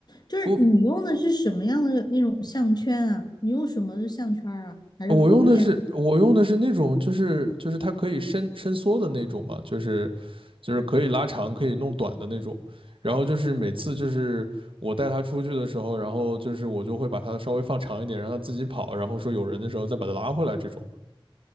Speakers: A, on the left; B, on the right.
A: 就是你用的是什么样的那种项圈啊？
B: 不。
A: 你用什么的项圈儿啊？还是狗链？
B: 我用的是我用的是那种，就是就是它可以伸伸缩的那种嘛，就是就是可以拉长、可以弄短的那种。然后就是每次就是我带它出去的时候，然后就是我就会把它稍微放长一点，让它自己跑，然后说有人的时候再把它拉回来这种。